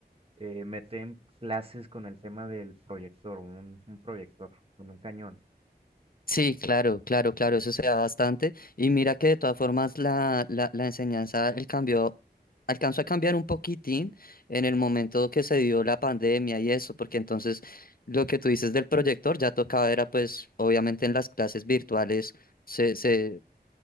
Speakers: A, on the right; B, on the left.
A: eh, meten clases con el tema del proyector, un, un proyector con un cañón.
B: Sí, claro, claro, claro, eso se da bastante. Y mira que de todas formas la, la, la enseñanza, el cambio, alcanzó a cambiar un poquitín en el momento que se dio la pandemia y eso, porque entonces lo que tú dices del proyector ya tocaba era pues obviamente en las clases virtuales se se,